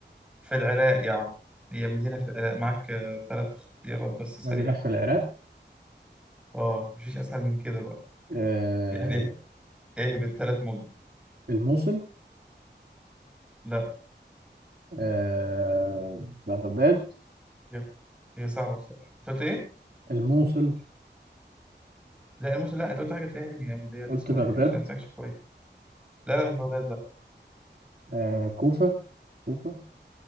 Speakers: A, in the centre; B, on the right.
A: في العراق يا عم هي مدينة في العراق معاك آه... ثلاث اختيارات بس سريعة
B: مدينة في العراق
A: اه مفيش أسهل من كده بقى
B: آه
A: يعني <laughs> ايه بالثلاث مدن
B: الموصل
A: لا
B: آه بغداد
A: هي هي صعبة بصراحة انت قلت ايه؟
B: الموصل
A: لا الموسم لا انت قلت حاجة تاني يا عم اللي هي اللي
B: قلت
A: اسمها
B: بغداد
A: ايه مش بتاعتكش كويس لا لا مش بغداد لا
B: آه كوفة كوفة